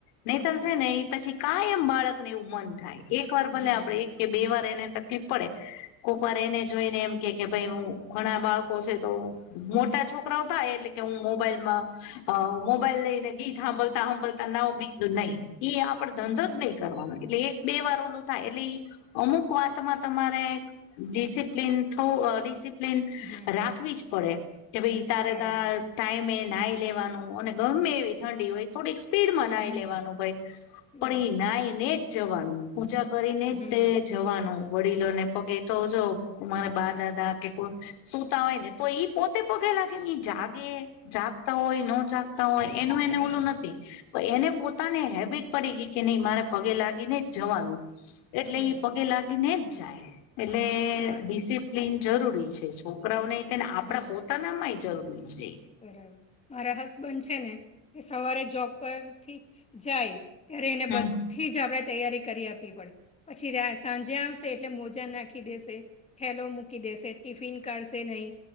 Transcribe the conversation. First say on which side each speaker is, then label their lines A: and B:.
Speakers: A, on the left; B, on the left.
A: નહીંતર
B: બરાબર
A: છે ને ઈ પછી, કાઈ એમ બાળકને એવું મન થાય. એક વાર ભલે
B: હમ
A: આપણે એક કે બે વાર એને તકલીફ પડે. કોક વાર એને જોઈને, એમ કે કે ભઈ હું ઘણા બાળકો છે તો, મોટા છોકરાઓ થાય એટલે.... કે હું મોબાઈલમાં અ મોબાઈલ લઈને ગીત હાંભળતા હાંભળતા નાવ? મે કીધું નહી. ઈ આપ ધંધો
B: હમ
A: જ નહીં કરવાનો, એટલે એક બે વાર ઓલું થાય. એટલે ઈ અમુક, <unintelligible> વાતમાં તમારે ડિસિપ્લન થવું અ ડીસી.... પ્લીન
B: હમ
A: રાખવી જ પડે, કે ભાઈ તારે
B: બરાબર
A: તા, ટાઈમે નાઈ લેવાનું, અને ગમે એવી ઠંડી હોય. થોડીક સ્પીડમાં નાઈ
B: હમ
A: લેવાનું ભઈ.
B: બરાબર
A: પણ ઈ નાઈને જ જવાનું. પૂજા કરીને
B: હમ
A: તે..... જવાનું વડીલોને પગે તો જો મારે બા દાદા કે કોઈ સુતા હોયને, તોઈ ઈ પોતે પગે લાગેને ઈ જાગે જાગતા હોય ન જાગતા હોય એનું એને ઓલું નથી એને પોતાને હેબિટ પડી ગઈ કે નઈ મારે પગે લાગીને જ જવાનું. એટલે
B: બરાબર
A: ઈ પગે લાગીને જ જાય. એટલે
B: મા
A: ડિસિપ્લિન જરૂરી છે. છોકરાને તે ને આપણા
B: હમ
A: પોતાનામાં ય જરૂરી છે.
B: બરાબર. મારા હસબન્ડ છે ને એ સવારે જોબ પરથી જાય ત્યારે એને
A: હમ
B: બદ થી જ આપણે તૈયારી કરી આપવી પડે. પછી સાંજે આવશે એટલે મોજા નાખી દેશે થેલો મૂકી દેશે, ટિફિન કાઢશે નઈ